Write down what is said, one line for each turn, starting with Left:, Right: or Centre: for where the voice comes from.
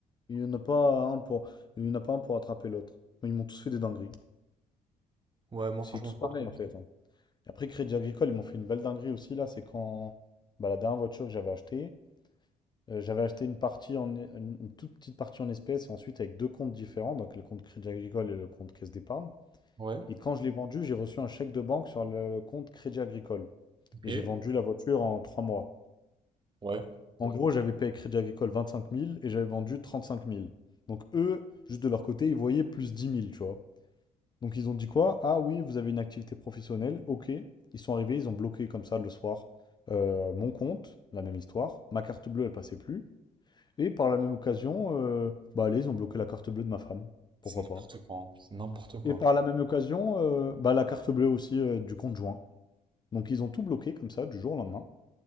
Left: Il n'y en a pas un pour, il y en a pas un pour attraper l'autre. Ils m'ont tous fait des dingueries.
Right: Ouais, moi
Left: C'est
Right: franchement,
Left: tous
Right: j'ai
Left: pareil
Right: pas trop.
Left: en fait. hein. Et Après, Crédit Agricole, ils m'ont fait une belle dinguerie aussi. Là, c'est quand bah, la dernière voiture que j'avais achetée, euh, j'avais acheté une partie en, e- une une toute petite partie en espèces et ensuite avec deux comptes différents, donc le compte Crédit Agricole et le compte Caisse d'Épargne.
Right: Ouais,
Left: Et quand je l'ai vendu, j'ai reçu un chèque de banque sur le compte Crédit Agricole.
Right: ok,
Left: Et j'ai vendu la voiture en trois mois.
Right: ouais,
Left: En gros, j'avais payé Crédit Agricole vingt-cinq mille et j'avais vendu trente-cinq mille. Donc eux, juste de leur côté, ils voyaient plus dix mille, tu vois. Donc ils ont dit quoi? Ah oui, vous avez une activité professionnelle, ok. Ils sont arrivés, ils ont bloqué comme ça le soir euh, mon compte, la même histoire. Ma carte bleue, elle passait plus. Et par la même occasion, euh, bah allez, ils ont bloqué la carte bleue de ma femme.
Right: c'est
Left: Pourquoi
Right: n'importe
Left: pas?
Right: quoi, hein. C'est n'importe quoi.
Left: Et par la même occasion, euh, bah la carte bleue aussi euh, du compte joint. Donc ils ont tout bloqué comme ça, du jour au lendemain.